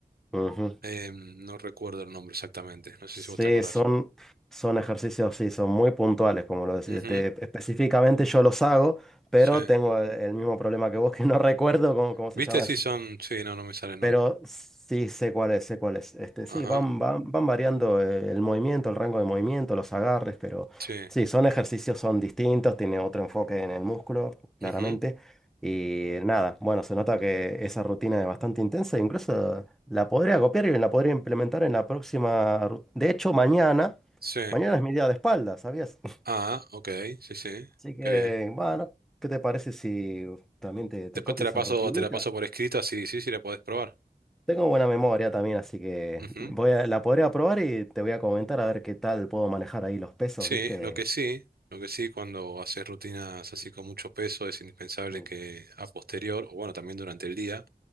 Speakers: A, in the centre; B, on the right.
A: ujú.
B: Em, no recuerdo el nombre exactamente, no sé
A: Sí,
B: si vos te acordás.
A: son, son ejercicios, sí, son muy puntuales, como lo decís.
B: Ujú,
A: Este, específicamente yo los hago, pero
B: sí.
A: tengo el, el mismo problema que vos, que no recuerdo cómo, cómo se
B: ¿Viste?
A: llama
B: Sí,
A: ese.
B: son. Sí, no, no me sale el
A: Pero
B: nombre.
A: sí sé cuál es, sé cuál es. Este, sí,
B: Ajá,
A: van, van, van variando eh, el movimiento, el rango de movimiento, los agarres, pero
B: sí.
A: sí, son ejercicios, son distintos, tiene otro enfoque en el músculo, claramente.
B: ujú,
A: Y nada, bueno, se nota que esa rutina es bastante intensa, e incluso la podría copiar y la podría implementar en la próxima. ru- De hecho, mañana,
B: sí.
A: mañana es mi día de espalda, ¿sabías? <laughs>
B: Ah, ok, sí, sí,
A: Así que,
B: qué bien.
A: bueno, ¿qué te parece si también te, te
B: Después
A: copio
B: te
A: esa
B: la paso,
A: rutinita?
B: te la paso por escrito, así sí, sí la podés probar.
A: Tengo buena memoria también, así que
B: Ujú.
A: voy a, la podré probar y te voy a comentar a ver qué tal puedo manejar ahí los pesos,
B: Sí,
A: ¿viste?
B: lo que sí, lo que sí, cuando haces rutinas así con mucho peso, es indispensable
A: Mm.
B: que a posterior, o bueno, también durante el día,